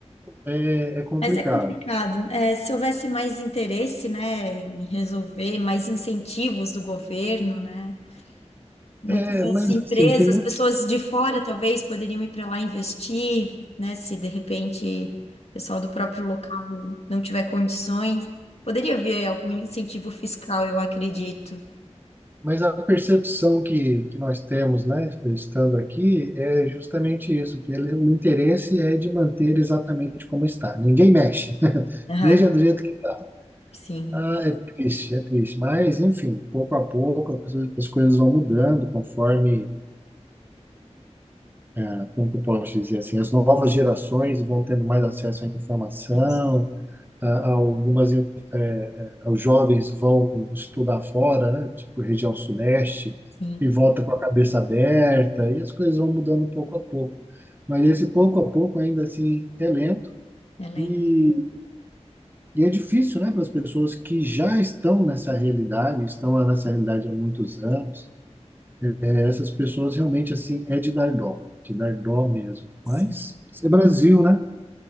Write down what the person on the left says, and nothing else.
mas é complicado. É, se houvesse mais interesse, né, em resolver, mais incentivos do governo, né? Muitas
empresas,
pessoas de fora talvez poderiam ir para lá investir, né? Se de repente o pessoal do próprio local não tiver condições, poderia haver algum incentivo fiscal, eu acredito.
Aham,
sim,
isso,
sim,
elenco.
Sim.